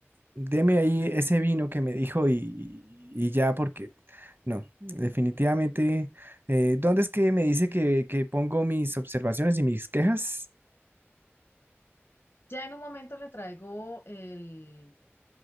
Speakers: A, on the right; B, on the left.
A: deme ahí ese vino que me dijo y, y ya, porque no, definitivamente. eh, ¿dónde es que me dice que, que pongo mis observaciones y mis quejas?
B: Ya en un momento le traigo el